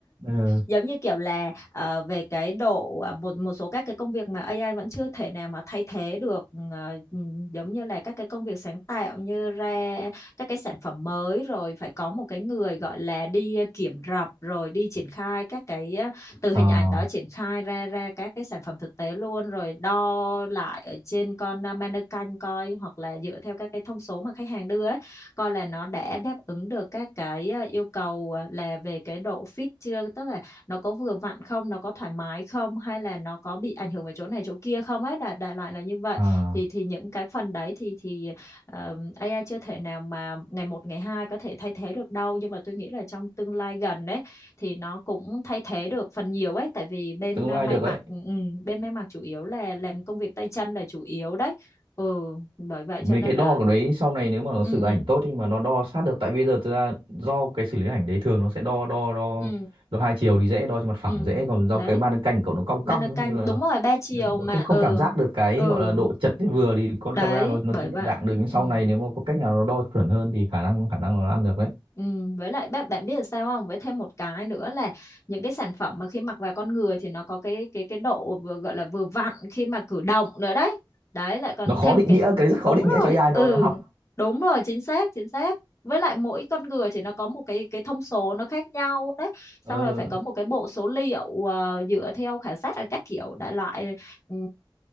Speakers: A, on the right (about 85°); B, on the left (about 35°).
A: Ừ.
B: giống như kiểu là ờ, về cái độ à, một một số các cái công việc mà AI vẫn chưa thể nào mà thay thế được ờ, ừ, giống như là các cái công việc sáng tạo như ra các cái sản phẩm mới rồi phải có một cái người gọi là đi ờ, kiểm rập rồi đi triển khai các cái ờ, từ hình
A: à,
B: ảnh đó triển khai ra ra các cái sản phẩm thực tế luôn rồi đo lại ở trên con ờ, mannequin coi hoặc là dựa theo các cái thông số mà khách hàng đưa ấy coi là nó đã đáp ứng được các cái ờ, yêu cầu ờ, là về cái độ fit chưa tức là nó có vừa vặn không nó có thoải mái không hay là nó có bị ảnh hưởng ở chỗ này chỗ kia không ấy đại đại loại là như vậy
A: à,
B: thì thì những cái phần đấy thì thì ờ, AI chưa thể nào mà ngày một ngày hai có thể thay thế được đâu nhưng mà tôi nghĩ là trong tương lai gần đấy thì nó cũng thay thế được phần nhiều ấy tại vì bên
A: tương
B: à,
A: lai
B: may
A: được
B: mặc
A: đấy
B: ừ, ừ, bên may mặc chủ yếu là làm công việc tay chân là chủ yếu đấy ừ bởi vậy
A: mấy
B: cho nên
A: cái đo
B: là
A: của đấy sau này nếu mà nó
B: ừ
A: xử lý ảnh tốt thì mà nó đo sát được tại bây giờ thực ra do cái xử lý ảnh đấy thường nó sẽ đo đo đo
B: ừ
A: đo hai chiều thì dễ đo trên mặt phẳng
B: ừ
A: dễ còn do
B: đấy
A: cái màn hình cảnh của cậu nó cong
B: mà
A: cong
B: nó canh
A: ấy, nên là
B: đúng rồi ba chiều
A: Được, nó
B: mà
A: không không
B: ừ
A: cảm giác được cái
B: ừ
A: gọi là độ chật thì vừa thì con
B: Đấy,
A: camera nó nó
B: bởi
A: chưa nhận
B: vậy.
A: dạng được nhưng sau
B: Ừ.
A: này nếu mà có cách nào nó đo chuẩn hơn thì khả năng khả năng nó ăn được đấy
B: Ừ. Với lại bạn bạn biết là sao không? Với thêm một cái nữa là những cái sản phẩm mà khi mặc vào con người thì nó có cái cái cái độ vừa gọi là vừa vặn khi mà cử động nữa đấy. Đấy lại còn
A: nó khó
B: thêm
A: định
B: cái
A: nghĩa cái đấy rất khó
B: đúng
A: định nghĩa
B: rồi.
A: cho AI
B: Ừ,
A: nó nó học
B: đúng rồi, chính xác, chính xác. Với lại mỗi con người thì nó có một cái cái thông số nó khác nhau đấy.
A: ờ
B: Xong rồi phải có một cái bộ số liệu ờ, dựa theo khảo sát ở các kiểu đại loại ừ,